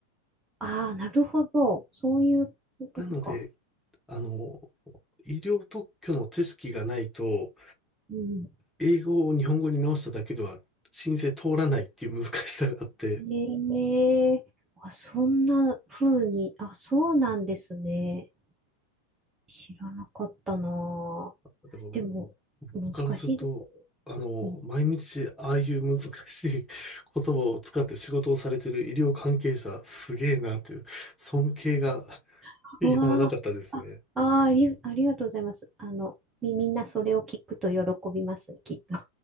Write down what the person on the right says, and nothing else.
ああなるほど。そういう、そういうことか。
うん。
ええあ、そんな風に、あ、そうなんですね。知らなかったなあでも、
難しいですよね。
うん、
<laughs>
うわあ、あ、あー、あり、ありがとうございます。あの、み、みんなそれを聞くと喜びますね、きっとね。